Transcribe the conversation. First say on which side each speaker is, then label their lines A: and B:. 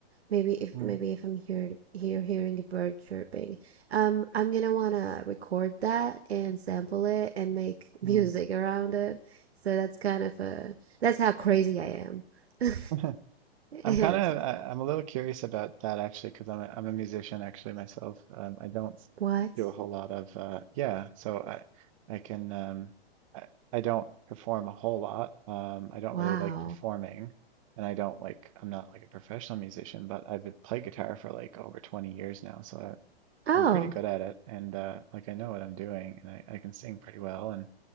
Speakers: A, on the right; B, on the right.
A: maybe if
B: mm,
A: maybe if I'm here here hearing a bird chirping um I'm gonna wanna record that and sample it and make <laughs>
B: mm.
A: music around it so that's kind of a that's how crazy I am <laughs>
B: <laughs> I'm
A: and
B: kind of I'm a little curious about that actually because I'm a, I'm a musician actually myself. Um, I don't
A: what
B: do a whole lot of uh, yeah, so I I can um, I, I don't perform a whole lot. Um, I don't
A: wow
B: really like performing, and I don't like I'm not like a professional musician, but I've been playing guitar for like over 20 years now, so I,
A: oh
B: I'm pretty good at it, and uh, like I know what I'm doing, and I, I can sing pretty well, and